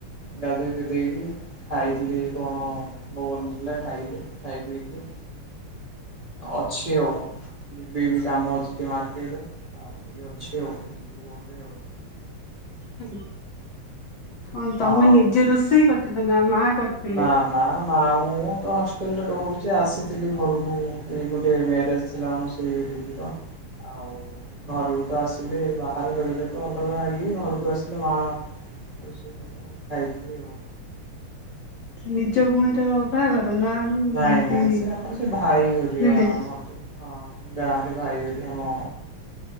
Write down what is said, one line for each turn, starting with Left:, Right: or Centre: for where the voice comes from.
Right: ଗାଧୋଇ ଦେ - ଦେଇକି ଖାଇଥିଲି, କଣ ବୋଉ ବନେଇଥିଲା ଖାଇଲି ଖାଇ ପିଇକି ଅଛି, ଆଉ ଯିବି ଏବେ କାମ ଅଛି ମାର୍- <unintelligible> ଅଛି ଆଉ। <unintelligible>
Left: <unintelligible> କଣ ତମେ
Right: ହଁ
Left: ନିଜେ
Right: ହଁ।
Left: ରୋଷେଇ କରିଥିଲ ନା ମା କରିଥିଲେ?
Right: ନା ନା ନା ମୁଁ ତ ହଷ୍ଟେଲରେ ରହୁଛି ଆସିଥିଲି ଘରକୁ। ଏଇ ଗୋଟେ ମ୍ୟାରେଜ ଥିଲା ଆମ ସେଇ ଦିଦିର। ଆଉ ଘରକୁ ତ ଆସିଲେ ବାହାରେ ରହିଲେ ତ ଅଲଗା ଇଏ ଘରକୁ ଆସିଲେ ମା ଆଉ ସେ କରେ ଖାଇଥିଲି ଆଉ
Left: ନିଜ ଭଉଣୀର ବାହାଘର। ନା ଏମିତି
Right: ନାଇଁ ନାଇଁ ସେ ଆମର ସେ ଭାଇ ହରିଆ
Left: ରିଲେ
Right: ଆମର ଯ ହଁ ଗାଁରେ। ଭାଇ ହରିଆ ଆମ